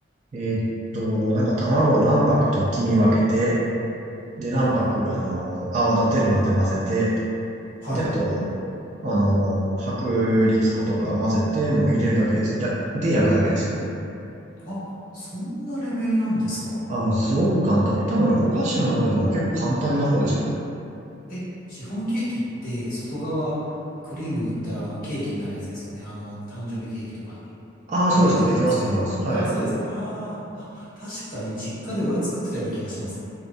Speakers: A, on the right; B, on the left.
A: えーっと、なんか卵を卵白と黄身分けて、で、卵白、
B: いはいはいはい。
A: あの、泡立てるまで混ぜて、
B: はい。
A: で、あと、あの、薄力粉とか混ぜて、もう入れるだけです。いや、で焼くだけですもん。
B: あ、そんなレベルなんですか
A: あ、もうすごく簡単。多分、お菓子の中でも結構簡単な方ですよ。
B: え、シフォンケーキって外側クリーム塗ったらあのケーキになるやつですよね。あの誕生日ケーキとかに。
A: ああ、
B: あれ違いますっけあ、
A: そうです。できます、できます。はい。
B: そうですね。あーあ、確かに実家で親作ってたような気がします。